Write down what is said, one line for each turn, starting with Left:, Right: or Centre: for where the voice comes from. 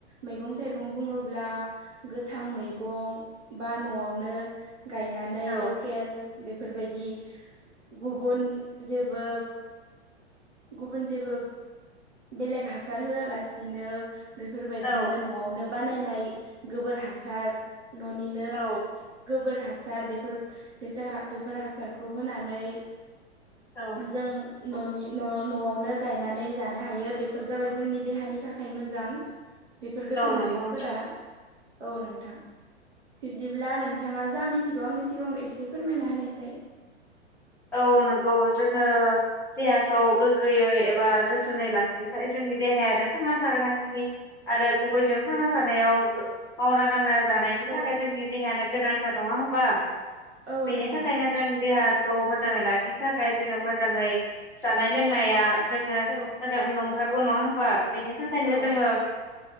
Right: मैगं थाइगं बुङोब्ला गोथां मैगं बा न'आवनो गायनानै
Centre: औ
Right: लकेल बेफोरबायदि गुबुन जेबो गुबुन जेबो बेलेग हासार होआलासिनो बेफोरबायदिनो
Centre: औ
Right: न'आवनो बानायनाय गोबोर हासार न'निनो
Centre: औ
Right: गोब गोबोर हासार बेफोर बेसोर हा बेफोर हासारखौ होनानै
Centre: औ
Right: जों
Centre: औ
Right: न'नि न' न'आवनो गायनानै जानो हायो बेफोर जाबाय जोंनि देहानि थाखाय मोजां। बेफोर गोथां
Centre: नंगौ
Right: मैगंफोरा
Centre: नोंथां
Right: औ नोंथां। बिब्दिब्ला नोंथाङा जा मिनथिगौ आंनि सिगाङाव एसे फोरमायना होनायसाय।
Centre: औ नंगौ जोङो देहाखौ गोग्गोयै एबा जोथोनै लाखिनो थाखाय जों जोंनि देहायानो थांना थानायनि आरो गुबैजों थांना थानायाव मावना दांना जानायनि
Right: औ
Centre: थाखाय जोंनि देहायानो गोनांथार नङा होमबा?
Right: औ
Centre: बेनि
Right: नोंथां
Centre: थाखायनो जों देहा खौ मोजाङै लाखिनो थाखाय जोङो मोजाङै जानाय लोंनाया जोङो
Right: औ
Centre: मोजां नंथारगौ नङा होमबा? बेनि थाखायनो
Right: औ
Centre: जोङो